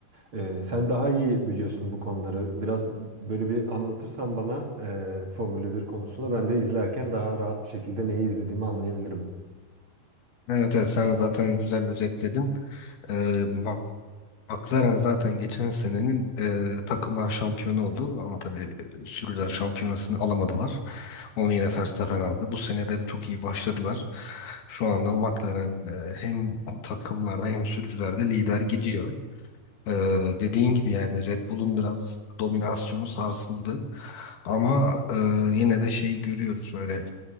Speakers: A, on the right; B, on the left.
A: e, sen daha iyi biliyorsun bu konuları. Biraz böyle bir anlatırsan bana e, Formula 1 konusunda ben de izlerken daha rahat bir şekilde neyi izlediğimi anlayabilirim.
B: Evet, evet sen zaten güzel özetledin. Ee, McLaren zaten geçen senenin e, takımlar şampiyonu oldu ama tabii e, sürücüler şampiyonasını alamadılar. Onu yine Verstappen aldı. Bu sene de çok iyi başladılar. Şu anda McLaren e, hem takımlarda hem sürücülerde lider gidiyor. E, dediğin gibi yani Red Bull'un biraz dominasyonu sarsıldı. Ama e, yine de şeyi görüyoruz böyle